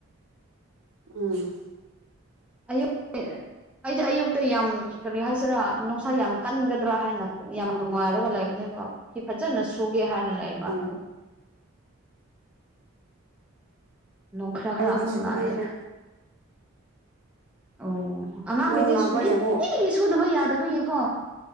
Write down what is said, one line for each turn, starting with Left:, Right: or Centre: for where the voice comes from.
Right: ꯎꯝ
Centre: ꯑꯌꯨ <unintelligible> ꯑꯩꯗꯤ ꯑꯌꯨꯛꯇ ꯌꯥꯝ ꯀꯔꯤ ꯍꯥꯏꯁꯤꯔꯥ ꯅꯨꯡꯁꯥ ꯌꯥꯝ ꯀꯟꯒꯗ꯭ꯔꯥ ꯍꯥꯏꯅ ꯌꯥꯝ ꯅꯨꯡꯉꯥꯏꯔꯒ ꯂꯩꯕꯅꯦꯕ ꯐꯤ ꯐꯖꯅ ꯁꯨꯒꯦ ꯍꯥꯏꯅ ꯂꯩꯌꯦꯕ
Right: ꯑꯣ
Centre: ꯑꯗꯨ ꯅꯣꯡ ꯈꯔ ꯈꯔ
Right: ꯑꯩꯗꯤ
Centre: ꯑꯃꯨꯛ
Right: ꯁꯨꯕꯤꯈ꯭ꯔꯦ
Centre: ꯂꯥꯛꯑꯦ ꯑꯣ ꯑꯉꯥꯡꯒꯤꯗꯤꯁ
Right: ꯅꯣꯡ ꯂꯥꯛꯄ꯭ꯔꯅꯦ
Centre: ꯅꯤꯇꯤ
Right: ꯑꯃꯨꯛ
Centre: ꯁꯨꯗꯕ ꯌꯥꯗꯕꯒꯤꯀꯣ